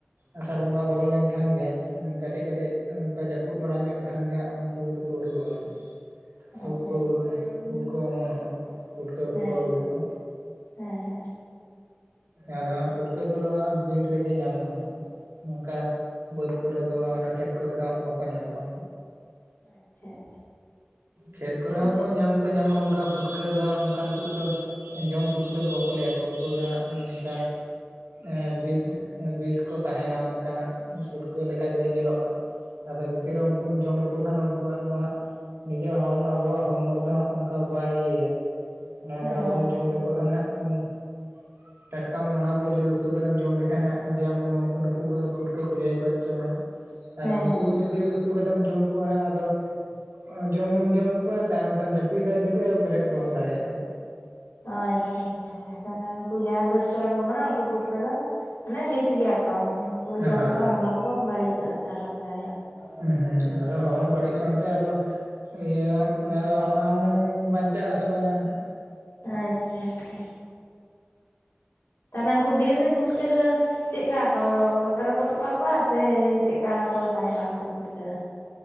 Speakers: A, on the right; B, on the left.
A: ᱟᱥᱟᱲ ᱵᱚᱸᱜᱟ ᱵᱚᱞᱚ ᱞᱮᱠᱷᱟᱱ ᱜᱮ ᱠᱟᱹᱴᱤᱡ ᱠᱟᱹᱴᱤᱡ ᱚᱱᱠᱟ ᱡᱟᱹᱯᱩᱫ ᱵᱟᱲᱟ ᱧᱚᱜ ᱞᱮᱠᱷᱟᱱ ᱜᱮ ᱩᱱᱠᱩ ᱫᱚᱠᱚ ᱩᱰᱩᱠᱚᱜᱼᱟ ᱦᱟᱸᱜ
B: ᱟᱪᱪᱷᱟ
A: ᱩᱫ ᱠᱚ ᱩᱰᱩᱠ ᱩᱫ ᱠᱚ ᱚᱢᱚᱱᱚᱜᱼᱟ ᱯᱩᱴᱠᱟᱹ
B: ᱦᱮᱸ
A: ᱠᱚᱠᱚ ᱩᱰᱩᱠᱚᱜᱼᱟ
B: ᱦᱮᱸ ᱦᱮᱸ
A: ᱟᱨᱫᱚ ᱦᱟᱜ ᱯᱩᱴᱠᱟᱹ ᱠᱚᱫᱚ ᱦᱟᱸᱜ ᱵᱤᱨ ᱨᱮᱜᱮ ᱧᱟᱢᱚᱜᱼᱟ ᱱᱚᱝᱠᱟ ᱵᱟᱹᱫᱽ ᱠᱚᱨᱮ ᱫᱚ ᱚᱱᱟ ᱠᱷᱮᱛ ᱠᱚᱨᱮ ᱫᱚ ᱦᱟᱸᱜ ᱵᱟᱠᱚ ᱧᱟᱢᱚᱜᱼᱟ
B: ᱟᱪᱪᱷᱟ ᱟᱪᱪᱷᱟ
A: ᱠᱷᱮᱛ ᱠᱚᱨᱮ ᱦᱚᱸᱠᱚ
B: ᱟᱪᱪᱷᱟ
A: ᱧᱟᱢ ᱞᱮᱠᱚ ᱧᱟᱢᱚᱜᱼᱟ ᱚᱱᱠᱟ ᱯᱩᱴᱠᱟᱹ ᱫᱚ ᱦᱟᱸᱜ ᱚᱱᱠᱟᱱ ᱠᱩ ᱫᱚ ᱡᱚᱢ ᱯᱩᱴᱠᱟᱹ ᱫᱚ ᱵᱟᱠᱚ ᱞᱟᱹᱭᱟᱠᱚ ᱩᱱᱠᱩ ᱫᱚ ᱦᱟᱸᱜ ᱱᱤᱠᱟ ᱮᱸ ᱵᱤᱥ ᱵᱤᱥ ᱠᱚ ᱛᱟᱦᱮᱸᱱᱟ ᱚᱱᱠᱟᱱᱟᱜ ᱯᱩᱴᱠᱟᱹ ᱞᱮᱠᱟ ᱜᱤ ᱧᱮᱞᱚᱜᱼᱟ᱾ ᱟᱫᱚ ᱵᱷᱤᱛᱤᱨ ᱨᱮ ᱩᱱᱠᱩᱢ ᱡᱚᱢ ᱞᱤᱠᱩ ᱠᱷᱟᱱ ᱩᱱᱠᱩᱣᱟᱜ ᱫᱚ ᱦᱟᱸᱜ ᱱᱤᱡᱮᱨᱟᱜ ᱦᱚᱲ ᱟᱵᱚᱣᱟᱜ ᱦᱚᱲᱢᱚ ᱨᱮᱫᱚ ᱦᱟᱸᱜ ᱚᱝᱠᱟ ᱵᱟᱭ ᱤᱭᱟᱹᱭᱟ ᱚᱱᱟ
B: ᱦᱮᱸ
A: ᱫᱚ ᱟᱵᱚ ᱦᱮᱸᱜ ᱟᱵᱚᱱᱟ <unintelligible>
B: <inaudible>
A: ᱴᱟᱴᱠᱟ ᱟᱢ ᱚᱱᱟ ᱠᱚ ᱡᱩᱫᱤ ᱩᱛᱩ ᱠᱟᱛᱮᱢ ᱡᱚᱢ ᱞᱮᱠᱷᱟᱱ ᱦᱟᱸᱜ ᱟᱰᱤ ᱟᱢᱦᱚ ᱱᱩᱝᱠᱩ ᱱᱩᱠᱩ ᱠᱚᱜᱮ ᱯᱩᱴᱠᱟᱹ ᱠᱚ ᱞᱟᱹᱭᱟᱠᱚ ᱪᱚᱝ ᱦᱟᱸᱜ᱾
B: ᱦᱮᱸ
A: ᱟᱫᱚ ᱩᱱᱠᱩ
B: ᱦᱮᱸ
A: ᱜᱮ ᱡᱩᱫᱤ ᱩᱛᱩ ᱠᱟᱛᱮᱢ ᱡᱚᱢ ᱠᱚᱣᱟ ᱦᱟᱸᱜ ᱟᱫᱚ ᱡᱚᱢ, ᱢᱟᱢ ᱡᱚᱢ ᱠᱚᱣᱟ ᱛᱟᱭᱱᱚᱢ ᱛᱮᱢ ᱡᱟᱹᱯᱤᱫᱟ ᱡᱩᱫᱤ ᱟᱨ ᱵᱮᱨᱮᱫ ᱜᱮ ᱵᱟᱢ ᱫᱟᱲᱮᱭᱟᱜᱼᱟ ᱦᱟᱸᱜ᱾
B: ᱟᱪᱪᱷᱟ ᱟᱪᱪᱷᱟ ᱪᱷᱟ ᱦᱮᱸ ᱩᱱᱠᱩ ᱡᱟᱦᱟᱸᱭ ᱵᱟᱹᱫᱽ ᱠᱚᱨᱮ ᱠᱚ ᱢᱮᱱᱟᱜ ᱩᱱᱠᱩ ᱯᱩᱴᱠᱟᱹ ᱫᱚ ᱢᱟᱱᱮ ᱵᱤᱥ ᱜᱮᱭᱟ ᱠᱚ ᱩᱱᱠᱩ
A: ᱦᱟᱸᱜ
B: ᱡᱚᱢ
A: ᱦᱳᱭ
B: ᱞᱮᱠᱷᱟᱱ ᱦᱚᱲᱢᱚ ᱠᱚ ᱵᱟᱹᱲᱤᱪᱚᱜᱼᱟ ᱠᱷᱟᱨᱟᱯ ᱫᱟᱲᱮᱭᱟᱜᱼᱟ᱾
A: ᱦᱩᱸ ᱦᱩᱸ, ᱟᱫᱚ ᱦᱚᱲᱢᱚ
B: ᱟᱪᱪᱷᱟ
A: ᱵᱟᱹᱲᱤᱡ ᱥᱟᱶᱛᱮ ᱟᱫᱚ ᱤᱭᱟᱹ ᱟᱫᱚ ᱦᱚᱲ ᱦᱚ ᱟᱢᱚᱢ ᱵᱟᱧᱪᱟᱜ ᱟ ᱥᱮ ᱵᱟᱝᱟ ᱦᱟᱸᱜ?
B: ᱟᱪᱪᱷᱟ ᱟᱪᱪᱷᱟ᱾ ᱛᱟᱦᱚᱞᱮ ᱩᱱᱠᱩ ᱵᱤᱨ ᱨᱮᱱ ᱯᱩᱴᱠᱟᱹ ᱫᱚ ᱪᱮᱫ ᱠᱟ ᱠᱚ ᱚᱛ ᱨᱮᱠᱚ ᱛᱚᱯᱟ ᱠᱚᱣᱟ ᱥᱮ ᱪᱮᱫᱠᱟ? ᱠᱚ ᱛᱟᱦᱮᱸᱱᱟ ᱩᱱᱠᱩ ᱯᱩᱴᱠᱟᱹ ᱫᱚ᱾